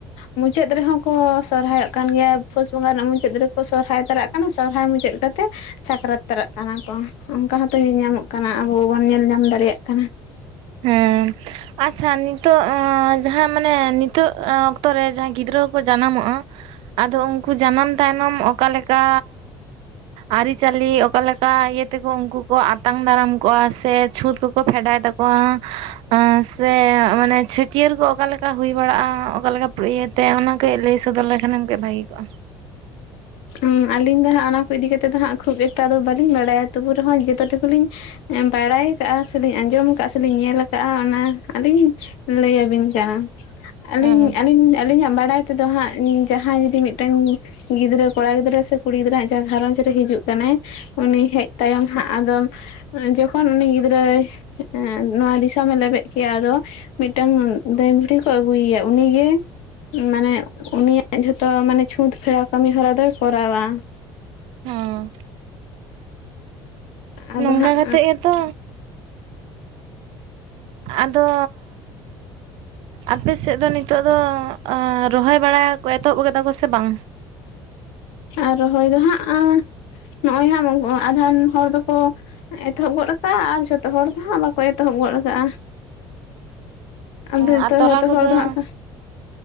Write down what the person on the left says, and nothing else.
ᱢᱩᱪᱟᱹᱫ ᱨᱮᱦᱚᱸ ᱠᱚ ᱥᱚᱨᱦᱟᱭᱚᱜ ᱠᱟᱱ ᱜᱮᱭᱟ᱾ ᱯᱩᱥ ᱵᱚᱸᱜᱟ ᱨᱮᱱᱟᱜ ᱢᱩᱪᱟᱹᱫ ᱨᱮᱠᱚ ᱥᱚᱨᱦᱟᱭ ᱛᱟᱨᱟᱜ ᱠᱟᱱᱟ ᱥᱚᱨᱦᱟᱭ ᱢᱩᱪᱟᱹᱫ ᱠᱟᱛᱮ ᱥᱟᱠᱨᱟᱛ ᱛᱟᱨᱟ ᱠᱟᱱᱟ ᱠᱚ᱾ ᱚᱱᱠᱟ ᱦᱚᱸᱛᱚ ᱧᱮᱞ ᱧᱟᱢᱚᱜ ᱠᱟᱱᱟ ᱟᱵᱚ ᱵᱚᱱ ᱧᱮᱞ ᱧᱟᱢ ᱫᱟᱲᱮᱭᱟᱜ ᱠᱟᱱᱟ᱾
ᱦᱩᱸ ᱟᱞᱤᱧ ᱫᱚ ᱦᱟᱸᱜ ᱚᱱᱟ ᱠᱚ ᱤᱫᱤ ᱠᱟᱛᱮ ᱫᱚ ᱦᱟᱸᱜ ᱠᱷᱩᱵ ᱮᱠᱴᱟ ᱫᱚ ᱵᱟᱹᱞᱤᱧ ᱵᱟᱲᱟᱭᱟ ᱛᱚᱵᱩ ᱨᱮᱦᱚᱸ ᱡᱚᱛᱚ ᱴᱩᱠᱩᱞᱤᱧ ᱮᱸ ᱵᱟᱲᱟᱭ ᱠᱟᱜᱼᱟ ᱥᱮᱞᱤᱧ ᱟᱸᱡᱚᱢ ᱟᱠᱟᱜᱼᱟ ᱥᱮᱞᱤᱧ ᱧᱮᱞ ᱠᱟᱜᱼᱟ ᱚᱱᱟ ᱟᱹᱞᱤᱧ ᱞᱟᱹᱭ ᱟᱹᱵᱤᱱ ᱠᱟᱱᱟ᱾ ᱟᱹᱞᱤᱧ
ᱟᱹᱞᱤᱧ ᱟᱹᱞᱤᱧᱟᱜ ᱵᱟᱲᱟᱭ ᱛᱮᱫᱚ ᱦᱟᱸᱜ ᱡᱟᱦᱟᱸᱭ ᱡᱩᱫᱤ ᱢᱤᱫᱴᱟᱝ ᱜᱤᱫᱽᱨᱟᱹ ᱠᱚᱲᱟ ᱜᱤᱫᱽᱨᱟᱹ ᱥᱮ ᱠᱩᱲᱤ ᱜᱤᱫᱽᱨᱟᱹ ᱦᱟᱸᱜ ᱡᱟᱦᱟᱸ ᱜᱷᱟᱨᱚᱧᱡᱽ ᱨᱮ ᱦᱤᱡᱩᱜ ᱠᱟᱱᱟᱭ, ᱩᱱᱤ ᱦᱮᱡ ᱛᱟᱭᱚᱢ ᱦᱟᱸᱜ ᱟᱫᱚᱢ ᱡᱚᱠᱷᱚᱱ ᱩᱱᱤ ᱜᱤᱫᱽᱨᱟᱹᱭ ᱮᱸ ᱱᱚᱣᱟ ᱫᱤᱥᱚᱢᱮ ᱞᱮᱵᱮᱫ ᱠᱮᱜ-ᱟ ᱟᱫᱚ ᱢᱤᱫᱴᱟᱹᱝ ᱫᱟᱹᱭ ᱵᱷᱩᱲᱦᱤ ᱠᱚ ᱟᱹᱜᱩᱭᱮᱭᱟ ᱩᱱᱤ ᱜᱮ ᱢᱟᱱᱮ ᱩᱱᱤᱭᱟᱜ ᱡᱷᱚᱛᱚ ᱢᱟᱱᱮ ᱪᱷᱩᱸᱛ ᱯᱷᱮᱲᱟᱣ ᱠᱟᱹᱢᱤ ᱦᱚᱨᱟ ᱫᱚᱭ ᱠᱚᱨᱟᱣᱟ᱾
ᱟᱫᱚ
ᱦᱟᱸᱜ
ᱮᱸ ᱨᱚᱦᱚᱭ ᱫᱚ ᱦᱟᱸᱜ ᱟᱸ ᱱᱚᱜᱼᱚᱭ ᱦᱟᱸᱜ ᱟᱫᱷᱮᱱ ᱦᱚᱲ ᱫᱚᱠᱚ ᱮᱛᱚᱦᱚᱵ ᱜᱚᱫ ᱠᱟᱜᱼᱟ ᱟᱨ ᱡᱷᱚᱛᱚ ᱦᱚᱲ ᱫᱚ ᱦᱟᱸᱜ ᱵᱟᱠᱚ ᱮᱛᱚᱦᱚᱵ ᱜᱚᱫ ᱠᱟᱜᱼᱟ᱾ ᱟᱫᱚ ᱡᱷᱚᱛᱚ
ᱡᱷᱚᱛᱚ
ᱦᱚᱲ ᱫᱚ ᱦᱟᱸᱜ ᱠᱷᱟᱱ